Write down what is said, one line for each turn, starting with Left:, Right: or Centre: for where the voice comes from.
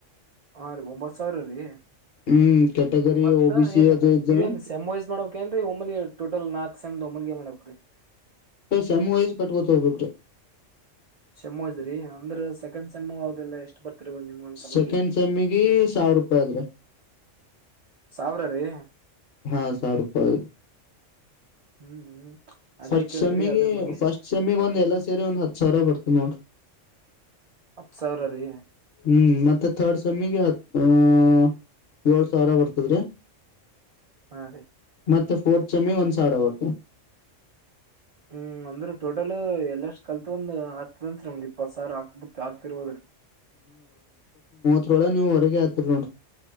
Right: ಹಾ ರೀ ಒಂಬತ್ ಸಾವಿರ ರೀ
Left: ಹ್ಮ್ ಕೆಟಗರಿ
Right: ಮತ್ತ
Left: ಒ ಬಿ ಸಿ
Right: ಏನ್
Left: ಅದು ಇದು
Right: ಇದೇನ್ ಸೋಯಸ್ ಮಾಡ್ಕ್ ಏನ್ ರಿ ಒಮ್ಮಲಿ ಟೋಟಲ್ ನಾಕ ಎಕ್ಷ್ ದೊಮಲ್ಗೆ ಮನಕು ರರಿ
Left: ಸಮ್ ವೈಸ್ ಕಟ್ಕೊತ ಹೋಗಬೇಕ್ರೀ
Right: ಸೇಮ್ ವೈಸ್ ರಿ ಅ ಅಂದ್ರ ಸೆಕೆಂಡ್ ಸೆಮ್ಮು ಅವ್ದಿಲ್ಲ ಎಷ್ಟು ಬರ್ತರಿ ಒಂದ್ ನಿಮ್ಗ ಒಂದಸಮ್ಮಟಿ
Left: ಸೆಕೆಂಡ್ ಸೆಮ್ಮಿಗೆ ಸಾವಿರ ರೂಪಾಯಿ ಆದ್ರಿ
Right: ಸಾವಿರ ರೀ
Left: ಹಾ ಸಾವರೂಪಾಯಿ
Right: ಹ್ಮ್ ಹ್ಮ್ ಅದೇ
Left: ಫಸ್ಟ್
Right: ಕೇಳಿದ್ರಿ
Left: ಸಮ್ಮಿಗೆ
Right: ಅದ್ರ ಬಗ್ಗೆ
Left: ಫಸ್ಟ್ ಸಮ್ಮಿಗ್ ಒಂದ್ ಎಲ್ಲ ಸೇರಿ ಒಂದ್ ಹತ್ ಸಾವಿರ ಬರ್ತವಿ ನೋಡ್ರಿ
Right: ಹತ್ ಸಾವಿರ ರೀ
Left: ಹ್ಮ್ ಮತ್ತೆ ತರ್ಡ್ ಸಮೀಗ ಹ್ಮ ಏಳ್ ಸಾವಿರ ಬರ್ತದ್ರಿ
Right: ಹಾ ರೀ
Left: ಮತ್ತೆ ಫೋರ್ತ್ ಸಮಮ್ಮಿಗ್ ಒಂದ್ ಸಾವಿರ ಆತ್ತು
Right: ಹ್ಮ್ ಅಂದ್ರ ಟೋಟಲ್ ಎಲ್ಲಷ್ಟ್ ಕಲ್ತ್ ಒಂದ್ ಆಗ್ತದಂತ್ರಿ ಒ ಪತ್ತ್ ಸವ್ರ ಆಕ್ ಆಕ್ತಿರುವುದ
Left: ಇ್ರೊಳ ನೀವು ಹೊರಗೆ ಆತೀರಿ ನೋಡಿರಿ